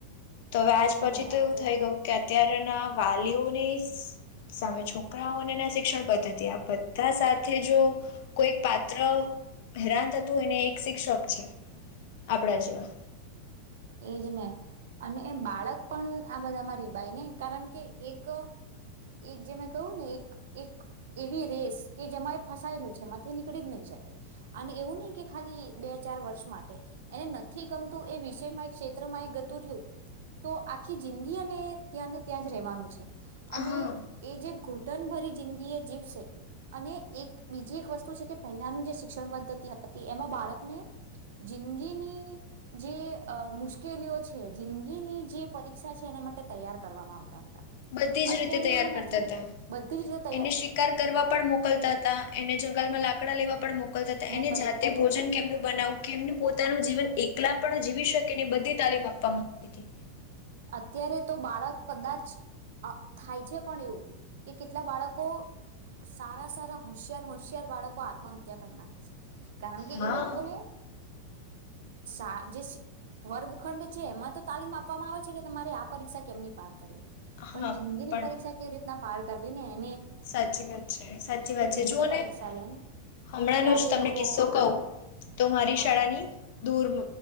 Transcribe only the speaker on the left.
તો હવે
આજ પછી
તો
એવું થઈ ગયું કે અત્યારે ના વાલીઓને સામે છોકરાઓ અને ના શિક્ષણ પદ્ધતિ આ બધા સાથે જો. કોઈ પાત્ર હેરાન થતું એને એક શિક્ષક છે, આપણા જેવા.
હા
બધી જ
રીતે તૈયાર
કરતા
હતા
એને શિકાર કરવા પણ મોકલતા હતા એને જંગલમાં લાગ. કડા લવા. પણ મોકલતા હતા
એને જાતે
ભોજન કેમનું બનાવું કેમનું પોતાનું જીવન એકલા પણ જીવી શકે એ બધી તાલીમ આપવાવામાં. સટી.
હા
હા
પણ
સાચી વાત છે સાચી વાત છે
જોને
હમણાંનો
જ તમને
કિસ્સો કવ તો મારી
શાળાની
દૂર.